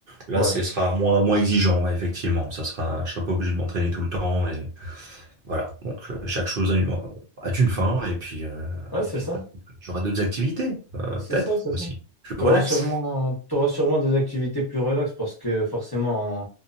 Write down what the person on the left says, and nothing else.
Ouais,
ouais,
c'est
ça.
C'est
ça, c'est
ça.
T'auras
sûrement, t'auras sûrement des activités plus relaxes parce que forcément,